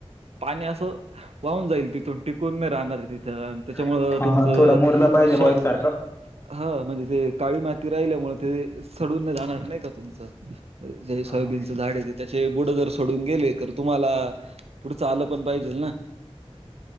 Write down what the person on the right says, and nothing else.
पाणी असं वाहून जाईल तिथून टिकून नाही राहणार तिथ. त्याच्यामुळ
तुमचं
स
हा म्हणजे ते काळी माती राहिल्यामुळे ते सडून जाणार नाही का तुमचं जर
सोयाबीनचं
झाड आहे ते त्याचे बुड जर सोडून गेले तर तुम्हाला पुढंच आल पण पाहिजेल ना.